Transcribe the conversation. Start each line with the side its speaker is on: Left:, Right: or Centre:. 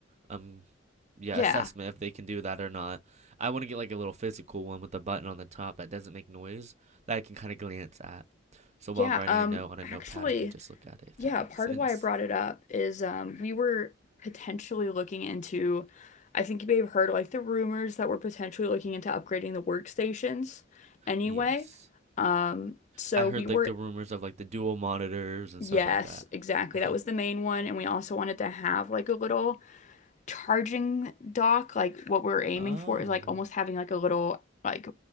Right: um yeah
Left: Yeah.
Right: assessment if they can do that or not. I want to get like a little physical one with a button on the top that doesn't make noise that I can kind of glance at. So while
Left: Yeah.
Right: I'm writing
Left: Um
Right: a note on a
Left: actually
Right: notepad, I can just look at it if
Left: Yeah,
Right: that makes
Left: part
Right: <laughs> sense.
Left: of why I brought it up is um, we were potentially looking into, I think you may have heard like the rumors that we're potentially looking into upgrading the workstations anyway.
Right: Yes.
Left: Um, so
Right: I heard
Left: we were,
Right: like the rumors of like the dual monitors and
Left: yes,
Right: stuff like that.
Left: exactly.
Right: <laughs>
Left: That was the main one. And we also wanted to have like a little charging dock. Like what we're aiming
Right: Oh,
Left: for is like almost having like a little like